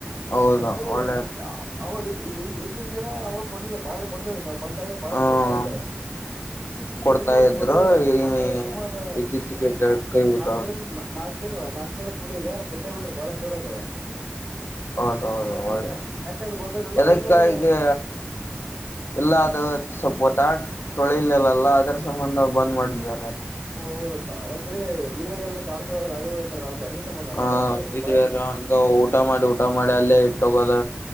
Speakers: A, on the left (about 70°); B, on the right (about 30°).
A: ಹೌದು
B: ಅಂದ್ರೆ
A: ಒಳ್ಳೇದು
B: ಅವಾಗ ಹಿಂದ ಹಿಂದ ಹಿಂದಿನ ದಿನ ಅವಾಗ ಕೊಡ್ತದೆ ಬಾಳಹಣ್ಣ ಕೊಡ್ತಾ. ನಾವ್ ಬಂದಾಗ ಬಾಳ
A: ಹ್ಮ
B: ಹಣ್ಣ ಕೊಡ್ತಾ ಇದ್ರು ಇತ್ತೀಚಿಗೆ
A: ಕೊಡ್ತಾ
B: ಬಿಟ್ಟು ಬಿಿಟ್ರರು
A: ಇದ್ರು
B: ಕೊಡದೆ
A: ಈ
B: ಒಂದ ಸುಮಾರು.
A: ಇತ್ತೀಚಿಗೆ
B: ನಾ
A: ಕೈಬಿಟ್ಟ
B: ನಾ ನಾಲ್ಕರಿಂದ ನಾಲ್ಕು ತಿಂಗಳ ನಾ <unintelligible> ಆಯ್ತ ಬಿಡಿ ಈಗ ಬಿಟ್ಟೆ ಬಿಟ್ರು ಬಾಳೆ ಕೊಡೋದು.
A: ಹೌದ ಹೌದು ಒಳ್ಳೆ.
B: ಯಾಕಂದ್ರೆ ಗೊತ್ತಾಗಲಿಲ್ಲ
A: ಯದಕಾಗೆ
B: ಆಮೇಲೆ
A: ಎಲ್ಲದ ಸ್ವಲ್ಪ ತಟ. ತೊಳೆ ಇಲ್ಲ್ಲಲ್ಲ ಅದ್ರ ಸಂಬಂಧ ಬಂದ್ ಮಾಡಿದ್ದಾರ.
B: ಓಹ್ ಹೌದತ್ತಾ ಒಂದ್ರೆ ಹಿರಿಯರೆಲ್ಲ <unintelligible> ಸಂಬಂಧನ
A: ಹ
B: ಬಂದ್ ಮಾಡಿದ್ರು
A: ಇದ
B: ಬಾಳೆಹಣ್ಣು
A: ಏನೋ ಹಂಗ ಊಟ ಮಾಡಿ ಊಟ ಮಾಡಿ ಅಲ್ಲೇ ಇಟ್ಟ ಹೋಗೊದ.